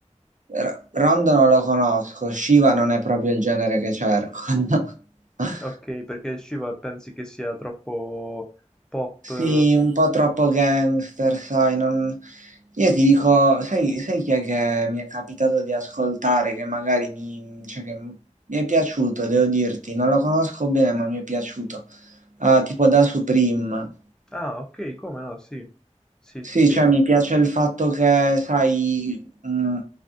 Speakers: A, on the right (about 85°); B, in the centre.
A: R- Rondo non lo conosco, Shiva non è proprio il genere che cerco. <laughs>
B: Ok, perché Shiva pensi che sia troppo pop?
A: Sì,
B: eh?
A: un po' troppo gangster, sai, non... Io ti dico, sai, sai chi è che mi è capitato di ascoltare, che magari mi, cioè che mi è piaciuto, devo dirti, non lo conosco bene, ma mi è piaciuto. Ah, tipo da Supreme.
B: Ah, ok, come no, sì. Sì,
A: Sì,
B: sì, sì.
A: cioè mi piace il fatto che, sai, mh,